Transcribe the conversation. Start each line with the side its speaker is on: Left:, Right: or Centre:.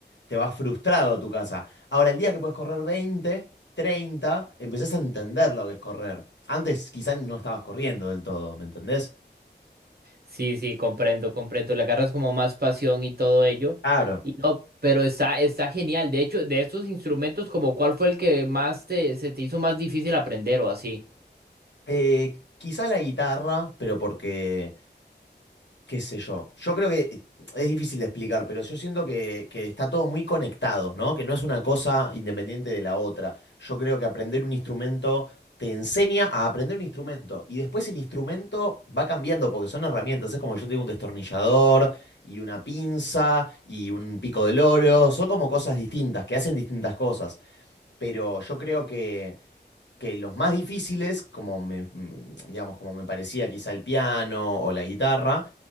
Left: te vas frustrado a tu casa. Ahora, el día que puedes correr veinte, treinta, empezás a entender lo que es correr. Antes quizás no estabas corriendo del todo, ¿me entendés?
Right: Sí, sí, comprendo, comprendo. Le agarras como más pasión y todo ello.
Left: Claro.
Right: Y no, pero está, está genial. De hecho, de estos instrumentos, como cuál fue el que más te, se te hizo más difícil aprender o así.
Left: Eh, quizá la guitarra, pero porque qué sé yo. Yo creo que es difícil de explicar, pero yo siento que, que está todo muy conectado, ¿no? Que no es una cosa independiente de la otra. Yo creo que aprender un instrumento te enseña a aprender un instrumento y después el instrumento va cambiando porque son herramientas. Es como yo tengo un destornillador y una pinza y un pico del oro. Son como cosas distintas que hacen distintas cosas, pero yo creo que... que los más difíciles, como me, mm, digamos, como me parecía quizá el piano o la guitarra,